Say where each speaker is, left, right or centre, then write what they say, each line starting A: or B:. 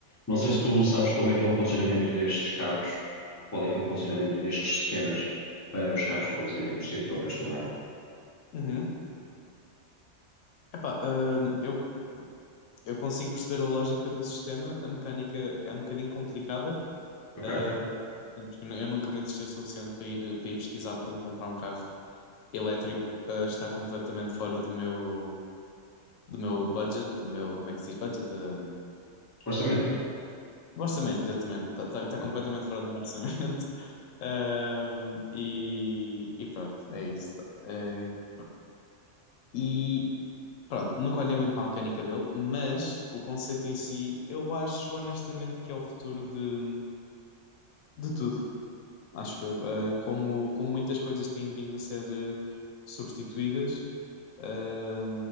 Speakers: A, on the left (about 15°); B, on the left (about 80°).
A: não sei se tu sabes como é que é o funcionamento destes carros, qual é que é o funcionamento destes sistemas para os carros conduzirem por si próprios também,
B: Uhum. Epá, hum, eu, eu consigo perceber a lógica do sistema, a mecânica é um bocadinho complicada,
A: ok?
B: ah, porque eu nunca me interessei o suficiente para ir, para ir pesquisar porque comprar um carro elétrico, ah, está completamente fora do meu, do meu budget, do meu, como é que se diz budget? Ah,
A: Orçamento.
B: do orçamento, exatamente, está está- está
A: Uhum.
B: completamente fora do meu orçamento. <laughs> Ah, e, e pronto, é isso. Ah, e Pronto, nunca olhei muito para a mecânica dele, mas o conceito em si, eu acho honestamente que é o futuro de, de tudo, acho eu. Ah, como, como muitas coisas têm vindo a ser eh, substituídas, ah,